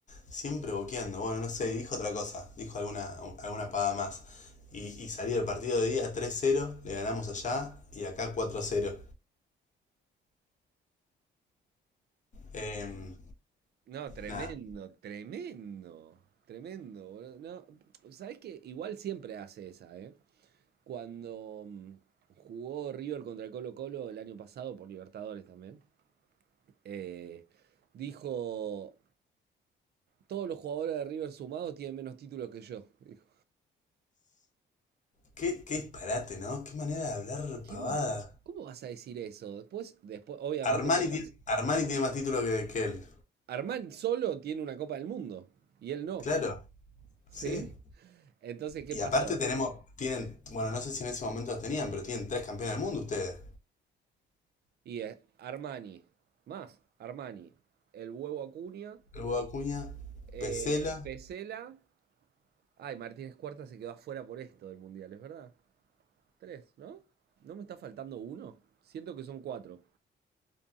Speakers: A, on the left; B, on the right.
A: Siempre boqueando, bueno, no sé, dijo otra cosa, dijo alguna, alguna paga más. Y, y salía el partido de día tres cero le ganamos allá y acá cuatro cero Em,
B: No, tremendo,
A: nada.
B: tremendo, tremendo, boludo. No, ¿sabés qué? Igual siempre hace esa, ¿eh? Cuando mm, jugó River contra el Colo Colo el año pasado por Libertadores también, eh, dijo, todos los jugadores de River sumados tienen menos títulos que yo. Dijo,
A: Qué, qué disparate, ¿no? Qué manera de hablar
B: "¿Qué
A: pavada.
B: mani- ¿Cómo vas a decir eso? Después, después, obviamente,
A: Armani
B: ¿qué
A: tiene,
B: pasa?
A: Armani tiene más título que, que él.
B: Armani solo tiene una Copa del Mundo y él no,
A: Claro,
B: ¿sí?
A: sí.
B: Entonces, ¿qué
A: Y
B: pasó?
A: aparte tenemos, tienen, bueno, no sé si en ese momento los tenían, pero tienen tres campeones del mundo ustedes.
B: Y es Armani, más Armani, el huevo Acuña,
A: El Hugo Acuña,
B: eh,
A: Pesela,
B: Pesela. Ay, Martínez Cuarta se quedó afuera por esto del mundial, es verdad. Tres, ¿no? ¿No me está faltando uno? Siento que son cuatro.